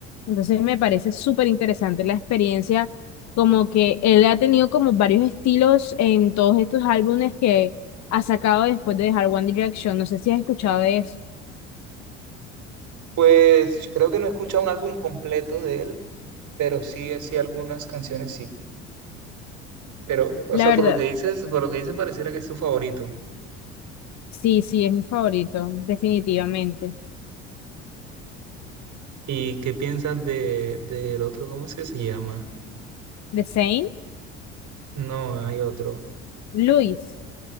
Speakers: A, on the left (about 50°); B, on the right (about 55°).
A: Entonces me parece súper interesante la experiencia, como que él ha tenido como varios estilos en todos estos álbumes ha sacado después de dejar One Direction. No sé si has escuchado de eso.
B: Pues creo que no he escuchado un álbum completo de él. pero sí, eh, sí, algunas canciones sí. Pero, o
A: La
B: sea,
A: verdad,
B: por lo que dices, por lo que dices, pareciera que es tu favorito.
A: sí, sí, es mi favorito, definitivamente.
B: ¿Y qué piensas de, del otro? ¿Cómo es que se llama?
A: The Saint,
B: No, hay otro.
A: Louis,